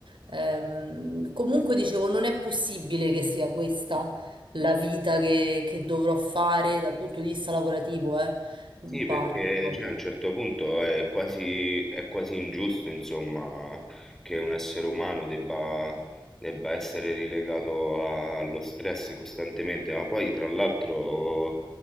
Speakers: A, on the right (about 75°); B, in the centre.
A: ehm, comunque dicevo, non è possibile che sia questa la vita che, che dovrò fare dal punto di vista lavorativo, eh,
B: Sì,
A: mm, parlo
B: perché
A: proprio.
B: cioè, a un certo punto è quasi, è quasi ingiusto, insomma, che un essere umano debba, debba essere relegato a- allo stress costantemente, ma poi tra l'altro